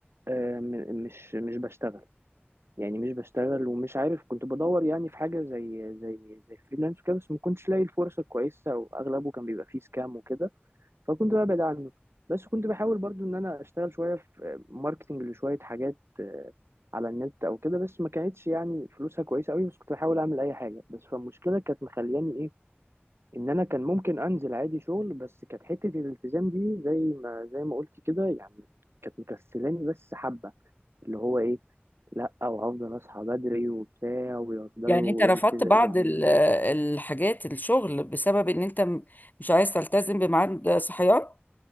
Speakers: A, on the right; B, on the left.
A: آه، م- مش مش بشتغل يعني مش بشتغل ومش عارف كنت بدور يعني في حاجه زي زي زي فريلانس وكده بس ما كنتش لاقي الفرصه كويسه واغلبه كان بيبقى فيه سكام وكده فكنت ببعد عنه بس كنت بحاول برضو ان انا اشتغل شويه في ماركتنج لشويه حاجات آه، على النت او كده بس ما كانتش يعني فلوسها كويسه قوي بس كنت بحاول اعمل اي حاجه بس فالمشكله كانت مخلياني ايه ان انا كان ممكن انزل عادي شغل بس كانت حته الالتزام دي زي ما زي ما قلت كده يعني كانت مكسلاني بس حبه اللي هو ايه لا وهفضل اصحى بدري وبتاع ويفضلوا
B: يعني انت رفضت
A: التزام
B: بعض
A: يعني
B: ال- الحاجات الشغل بسبب ان انت م- مش عايز تلتزم بميعاد صحيان